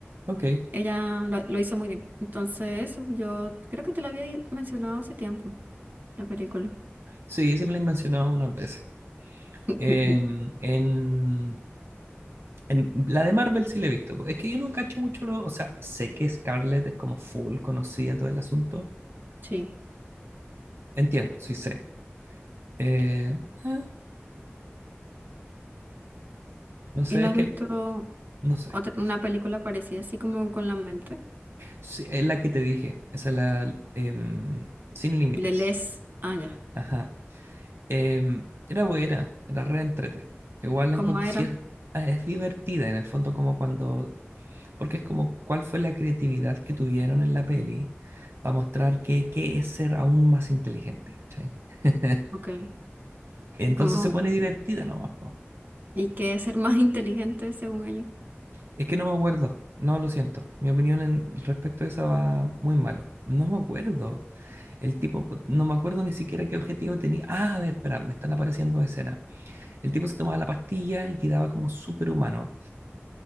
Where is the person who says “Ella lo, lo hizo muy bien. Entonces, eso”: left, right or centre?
Right